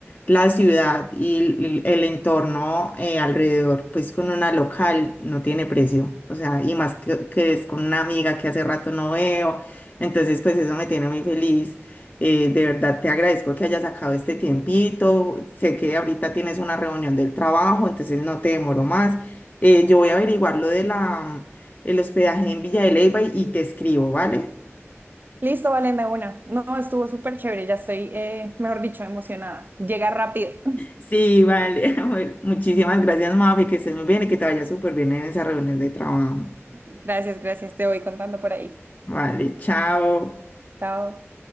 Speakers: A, on the left; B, on the right.
A: la ciudad y el, el entorno eh, alrededor, pues con una local no tiene precio, o sea, y más que, que es con una amiga que hace rato no veo, entonces pues eso me tiene muy feliz. Eh, de verdad te agradezco que hayas sacado este tiempito, sé que ahorita tienes una reunión del trabajo, entonces no te demoro más. Eh, yo voy a averiguar lo de la, el hospedaje en Villa de Leyva y y te escribo, ¿vale?
B: Listo, Valenda, una. No, estuvo súper chévere, ya estoy, eh, mejor dicho, emocionada. Llega rápido. <laughs>
A: Sí, vale. <laughs> Bueno, Muchísimas gracias, Mafe, que estés muy bien y que te vaya súper bien en esa reunión de trabajo.
B: Gracias, gracias, te voy contando por ahí.
A: Vale, chao.
B: Chao.